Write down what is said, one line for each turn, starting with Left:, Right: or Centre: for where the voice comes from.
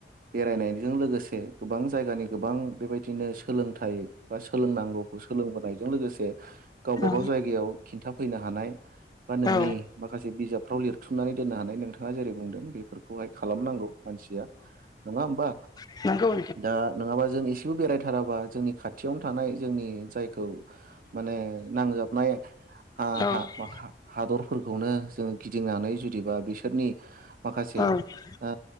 Right: बेराय नायजों लोगोसे गोबां जायगानि गोबां बेबायदिनो सोलोंथाइ बा सोलोंनांगौखौ सोलोंबोनायजों लोगोसे गावबा
Left: औ
Right: गाव जायगायाव खिन्थाफैनो हानाय बा नोंनि
Left: औ
Right: माखासे बिजाबफ्राव लिर थुमनानै दोननो हानाय नोंथाङा जेरै बुंदों बे फोरखौहाय खालामनांगौ। मानसिया नङा होमबा
Left: नंगौ
Right: दा नङाबा जों इ बो बेरायथाराबा जोंनि खाथियावनो थानाय जोंनि जाय खौ माने नांजाबनाय हा-हा-हाद
Left: नोंथां औ
Right: फोरखौउ नों जों गिदिंनानै जूदिबा बिसोरनि माखासे
Left: औ
Right: ओ